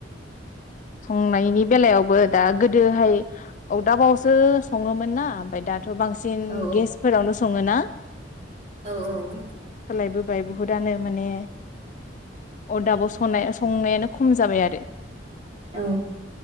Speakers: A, on the left; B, on the right.
A: संनायनि बेलायावबो दा गोदोहाय अरदाबावसो सङोमोन ना ओमफ्राय दाथ' थ' बांसिन
B: औ
A: गेसफोरावनो सङो ना
B: औ औ
A: खालायबो जाय बुहुदानो माने अरदाबाव संनाय संनायानो खम जाबाय आरो
B: औ